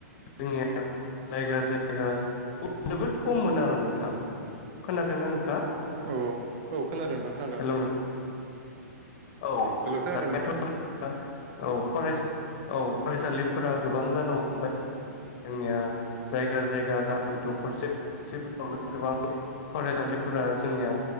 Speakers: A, on the left; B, on the right.
A: जोंनिया जायगा जाय गास जोबोद खममोन आरो नोंथां खोनादोंना नोंथाङा?
B: औ औ खोनादों नोंथां खोनादों
A: हेलौ नों औ
B: हलौ खोनादों
A: दाथ'
B: नोंथां।
A: जोंना औ फरायसा औ फरायसालिफोरा गोबां जानो हमबाय जोंनिया जायगा जायगा गामि द'खरसे द'खरसेफोरावनो गोबां फरायसालिफोरा जोंनिया